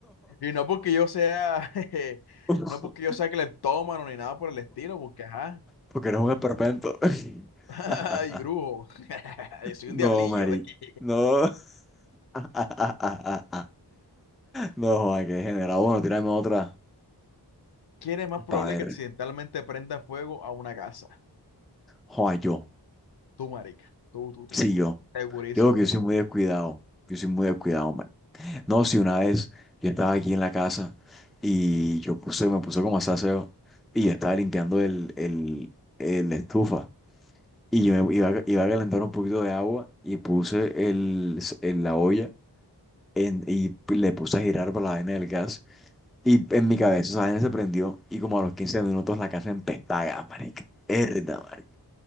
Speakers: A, on the left; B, in the centre.
A: Y no porque yo sea, <laughs> jeje,
B: tú <laughs>
A: no porque yo sea cleptómano ni nada por el estilo, porque ajá.
B: Porque eres un esperpento. <laughs>
A: <laughs> Ay, brujo. <laughs> Yo soy
B: No,
A: un diablillo.
B: Mari.
A: <laughs>
B: No. <laughs> No, joda, que degenerado. Bueno, tírame otra
A: ¿Quién es más probable
B: para
A: que
B: ver.
A: accidentalmente prenda fuego a una casa?
B: Joda, yo.
A: Tú, marica. Tú, tú, tú,
B: Sí,
A: tú.
B: yo.
A: Segurísimo
B: Yo creo que
A: que
B: yo soy
A: tú.
B: muy descuidado. Yo soy muy descuidado, hombre. No, si una vez yo estaba aquí en la casa y yo puse, me puse como a hacer aseo y yo estaba limpiando el, el, el estufa y yo me iba, a- iba a calentar un poquito de agua y puse el, el- la olla en, y le puse a girar para la vaina del gas Y en mi cabeza esa vaina se prendió y como a los 15 minutos la casa empezaba, marica. Herda, marica.